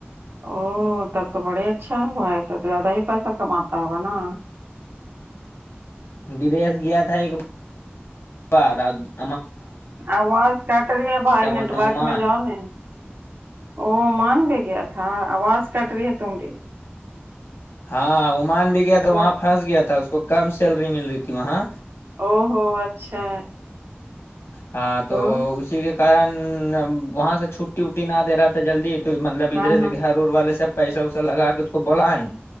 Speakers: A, on the right; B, on the left.
A: او تب تو بڑے اچھا ہوگا ہے تو زیادہ ہی پیسہ کماتا ہوگا نا
B: بدیش گیا تھا ایکار <unintelligible>
A: آواز کٹ رہی ہے بھائی نیٹورک
B: بولتے ہیں عمان
A: میں جاؤ نہیں او مان بھی گیا تھا آواز کٹ رہی ہے تم ڈیلی
B: ہاں عمان بھی گیا تھا
A: تو۔
B: وہاں پھنس گیا تھا اس کو کم سیلری مل رہی تھی وہاں
A: او ہوو اچھا
B: ہاں تو
A: او
B: اسی کے کارن وہاں سے چھٹی وٹی نہ دے رہا تھا جلدی مطلب
A: ہاں
B: ادھرے
A: ہاں
B: سے کہ گھر ار والے سب پیسہ وسا لگا کے اس کو بلائ